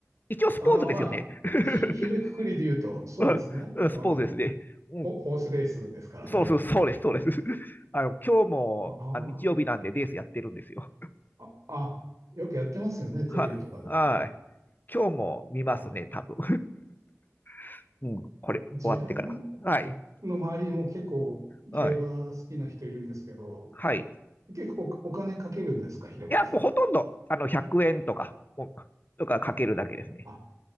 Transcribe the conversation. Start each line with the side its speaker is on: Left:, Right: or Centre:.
Left: 一応スポーツですよね。
Right: あ、ああ、まあ、
Left: <laughs>
Right: ひ、ひるくくりで言うと、そうですね。
Left: うんうんスポーツですね。
Right: うん。
Left: うん、
Right: ホ、ホースレースですからね。
Left: そうそう、そうです、そうです。<laughs> あの、今日も、
Right: あ
Left: あ、日曜日なんでレースやってるんですよ。
Right: あ、あ、あ、よくやってますよね、テレビとかでも。
Left: はい。はい。今日も見ますね、
Right: あ、
Left: 多分。<laughs> うん、<laughs> これ、
Right: 自分
Left: 終わってから。はい。
Right: の周りも結構競馬好きな人いるんですけど、
Left: はい。はい。
Right: 結構お、お金かけるんですか、平林さん。
Left: いや、もうほとんど、あの、100円とか、もうとかかけるだけですね。
Right: あ、